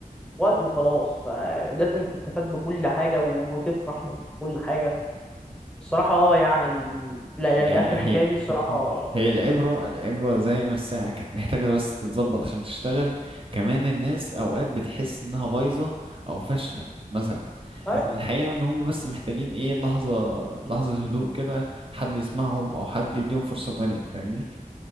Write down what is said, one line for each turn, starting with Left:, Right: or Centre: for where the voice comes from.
Centre: وقت
Right: آه.
Centre: وخلاص فلازم تستفاد بكل حاجة وتفرح من كل حاجة الصراحة اه يعني ال- لا
Right: يعني
Centre: يعني آخر حكاية
Right: هي
Centre: دي الصراحة
Right: هي العبرة العبرة زي ما الساعة كانت محتاجة بس تتظبط عشان تشتغل كمان الناس أوقات بتحس إنها بايظة أو فاشلة مثلا
Centre: أي
Right: لكن الحقيقة إن هم بس محتاجين إيه لحظة لحظة هدوء كده حد يسمعهم أو حد يديهم فرصة تانية فاهمني؟